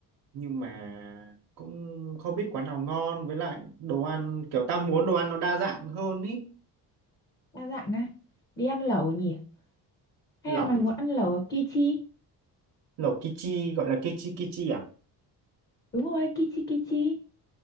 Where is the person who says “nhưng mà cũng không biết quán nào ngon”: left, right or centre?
Right